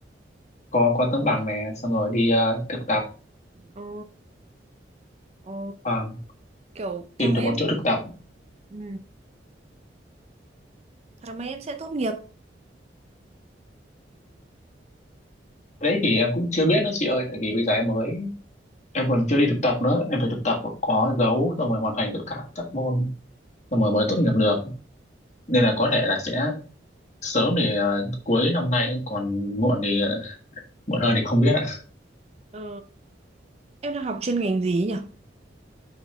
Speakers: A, on the left; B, on the right.
A: có có tấm bằng này xong rồi đi ờ, thực tập
B: Ồ, ồ,
A: Ờ,
B: kiểu tháng
A: tìm
B: mấy
A: được
B: em,
A: một chỗ thực tập
B: ừ. tháng mấy em sẽ tốt nghiệp.
A: Cái đấy thì em cũng chưa biết nữa chị ơi tại vì bây giờ em mới em còn chưa đi thực tập nữa em phải thực tập có dấu xong rồi hoàn thành tất cả các môn xong rồi mới tốt nghiệp được nên là có thể là sẽ sớm thì ờ, cuối năm nay còn muộn thì ờ, muộn hơn thì không biết ạ
B: Ờ, em đang học chuyên ngành gì nhỉ?